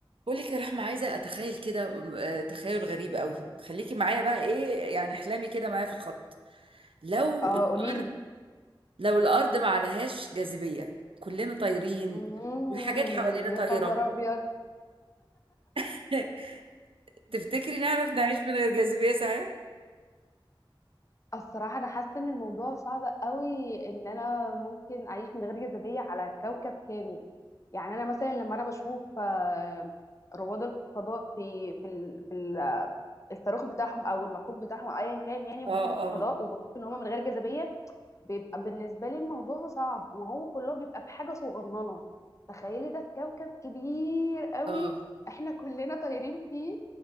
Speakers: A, on the right (about 80°); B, on the left (about 35°).
A: بقولك يا رحمة عايزة أتخيل كده آه، تخيل غريب قوي خليكي معايا بقى إيه يعني احلامي كده معايا في الخط لو
B: اه
A: الأرض
B: قوليلي
A: لو الأرض ما عليهاش جاذبية كلنا طايرين
B: امم
A: والحاجات حوالينا طايرة
B: يا خبر ابيض
A: <laughs> تفتكري نعرف نعيش من غير جاذبية صحيح؟
B: الصراحه انا حاسه ان الموضوع صعب قوي ان انا ممكن اعيش من غير جاذبيه على كوكب كامل يعني انا مثلا لما انا بشوف آه، رواد الفضاء في في ال- في ال- الصاروخ بتاعهم او المكوك بتاعهم أو ايا كان يعني وبيكونوا
A: اه
B: في
A: اه
B: الفضاء وبشوف ان هم من غير جاذبيه بيبقى بالنسبة لي الموضوع صعب وهو كله بيبقى في حاجة صغننة تخيلي ده في كوكب كبير قوي
A: اه
B: احنا كلنا طايرين فيه